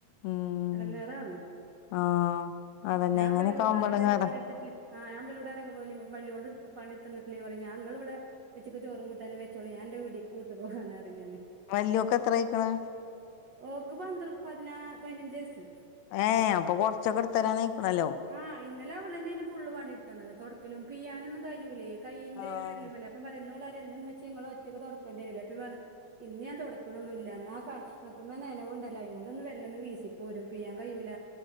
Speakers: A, on the left; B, on the right.
A: ഉം
B: എടങ്ങേറാണ്
A: ആഹ് അതന്നെ
B: ഞാൻ
A: ഇങ്ങനെയൊക്കെ
B: ഇവളോട്
A: ആവുമ്പോ
B: പറയും
A: എടങ്ങേറാ
B: വലിയ പണി എടുത്തിട്ടില്ല ഞാൻ ഇവളോടറയും <unintelligible> ഞങ്ങൾ ഇവിടെ ഉച്ചയ്ക്ക് ചോറും കൂട്ടാനും വെച്ചോളീ ഞാൻ എൻ്റെ കൂടി കൂട്ടി പോകാനെറങ്ങീ ഞാന്
A: വല്യൊക്ക് എത്ര ആയിക്കണ്
B: ഓക്ക് പന്ത്ര പതിനാ പതിനഞ്ച് വയസ്സ്
A: ഏഹ് അപ്പൊ കൊറച്ചൊക്കെ എടുത്തരാൻ ആയിക്കണല്ലോ
B: ആഹ് ഇന്നലെ അവളെന്നേനു ഫുള്ള് പണിട്ത്തന്നത് തുടക്കലും പിയാനൊന്നും കഴൂലേ കയിന്റെ
A: ആഹ്
B: വെരലിമെല്ലേ പറ എന്നും ഉമ്മച്ചി നിങ്ങള് ഒറ്റക്ക് തുടക്കേണ്ടിരില്ലേ അപ്പോ ഞാൻ പറഞ്ഞ് ഇന്ന് ഞാൻ തുടക്കണന്നൊല്ലാ എന്നാ കക്ഷണത്തിന് നെനവ് ഇണ്ടല്ലോ <unintelligible> വെള്ളന്ന് വീശി പോരും പിയാൻ കയ്യൂല